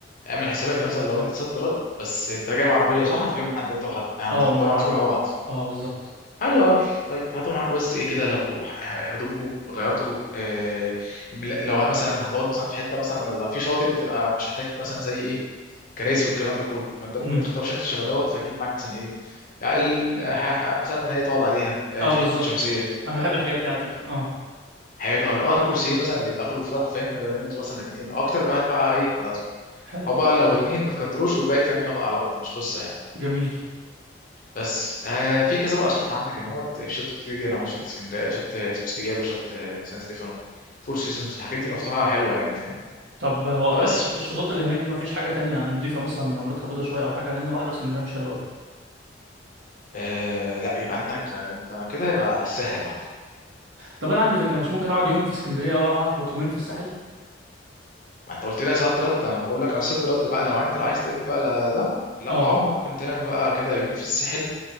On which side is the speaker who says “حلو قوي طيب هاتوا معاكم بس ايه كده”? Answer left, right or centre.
Left